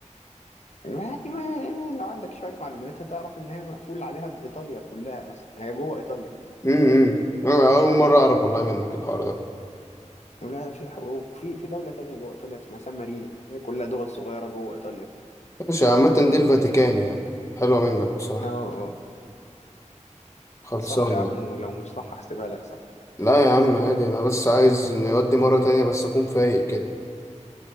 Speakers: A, on the left; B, on the left.
A: يعني ما لو عندك شوية معلومات هتعرف إن هي مقفول عليها بإيطاليا كلها أصلا هي جوه إيطاليا
B: امم إمم. أنا أول مرة أعرف والله منك الحوار ده
A: ولا في ح- وفي في دولة تانية جوه إيطاليا اسمها سان مارينو هي كلها دول صغيرة جوه إيطاليا كده
B: ماشي عامة دي الفاتيكان يعني حلوة منك بصراحة
A: أه أه
B: خلصانة
A: صح يا عم ولو مش صح هحسبها لك صح
B: لا يا عم عادي أنا بس عايز نودي مرة تانية بس أكون فايق كده